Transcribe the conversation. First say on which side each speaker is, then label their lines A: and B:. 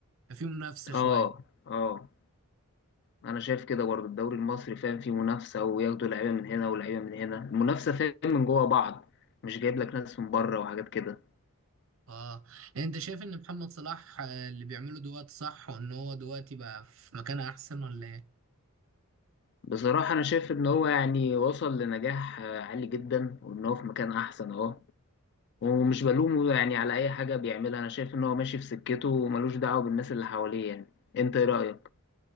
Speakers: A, on the right; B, on the left.
A: فيه منافسة شوية
B: اه اه انا شايف كده برضه الدوري المصري فاهم فيه منافسه وياخدوا لعيبه من هنا ولعيبه من هنا المنافسه فاهم من جوه بعض مش جايب لك ناس من بره وحاجات كده
A: اه يعني انت شايف ان محمد صلاح آه، اللي بيعمله دلوقتي صح وان هو دلوقتي بقى في مكان احسن ولا ايه
B: بصراحه انا شايف ان هو يعني وصل لنجاح آه، عالي جدا وان هو في مكان احسن اهو ومش بلومه يعني على أي حاجة بيعملها أنا شايف إن هو ماشي في سكته وملوش دعوة بالناس اللي حواليه يعني أنت إيه رأيك؟